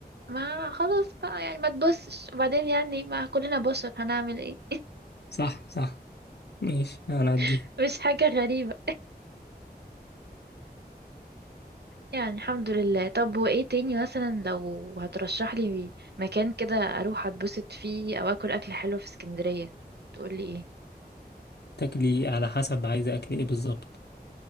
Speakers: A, on the right; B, on the left.
A: ما خلاص بقى يعني ما تبصش وبعدين يعني ما كلنا بشر هنعمل ايه
B: صح صح ماشي انا عدي
A: <laughs> مش حاجة غريبة يعني الحمد لله طب وايه تاني مثلا لو هترشح لي مكان كده اروح اتبسط فيه او اكل اكل حلو في اسكندرية تقولي ايه
B: تاكلي على حسب عايزة اكل ايه بالظبط